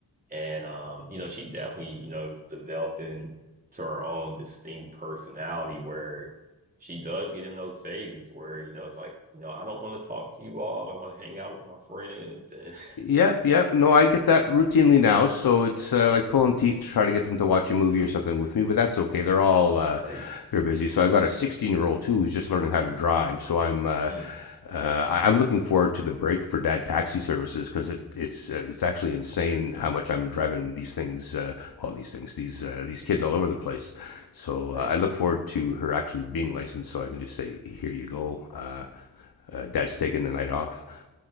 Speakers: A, on the right (about 20°); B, on the left (about 65°).
A: And um, you know, she definitely, you know, developed into her own distinct personality where she does get in those phases where, you know, it's like, you know, I don't want to talk to you all. I want to hang out with my friends and
B: Yep, yep. No, I get that routinely now, so it's uh, like pulling teeth to try to get them to watch a movie or something with me, but that's okay. They're all uh,
A: <laughs> right.
B: they're busy. So I've got a 16-year-old too who's just learning how to drive. So I'm uh,
A: Mm,
B: uh, I- I'm looking forward to the break for dad taxi services because it, it's uh, it's actually insane how much I'm driving these things, uh, well, these things, these uh, these kids all over the place. So
A: right.
B: uh, I look forward to her actually being licensed, so I can just say, "Here you go, uh, uh, Dad's taking the night off."